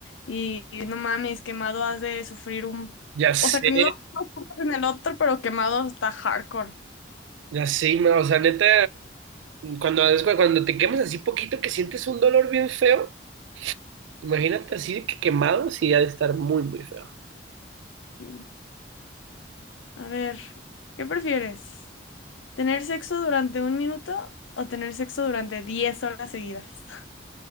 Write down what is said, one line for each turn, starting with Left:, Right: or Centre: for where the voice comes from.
Left: Y, y no mames, quemado has de sufrir un...
Right: Ya sé,
Left: O sea, que no, no sufres en el otro, pero quemado está hardcore.
Right: ya sé, ma, o sea, neta, cuando, es cu- cuando te quemas así poquito que sientes un dolor bien feo, imagínate así de que quemado, sí, ha de estar muy, muy feo.
Left: Sí. A ver, ¿qué prefieres? ¿Tener sexo durante un minuto o tener sexo durante 10 horas seguidas?